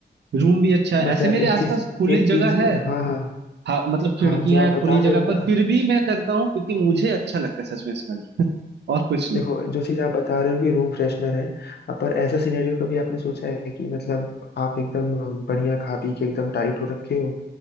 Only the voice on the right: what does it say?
रूम भी अच्छा है
ऐसे
मेरे
आसपास
खुली
जगह है
हाँ मतलब खिड़कियां
खुली
जगह
पर फिर भी मैं करता हूँ क्योंकि मुझे अच्छा लगता है सच में स्मेल और कुछ नहीं